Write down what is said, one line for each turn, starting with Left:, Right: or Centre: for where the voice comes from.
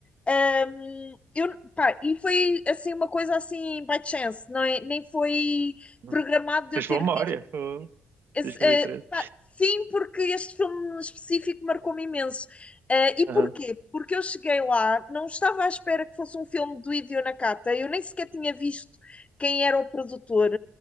Left: ahm, eu, pá, e foi assim uma coisa assim by chance, não é? Nem foi
Right: Uhum.
Left: programado de
Right: Tens
Left: eu ter
Right: boa memória.
Left: visto.
Right: Oh,
Left: esse,
Right: 2013.
Left: eh, pá, sim, porque este filme específico marcou-me imenso. Eh, e
Right: Aham.
Left: porquê? Porque eu cheguei lá, não estava à espera que fosse um filme do Hideo Nakata, eu nem sequer tinha visto quem era o produtor,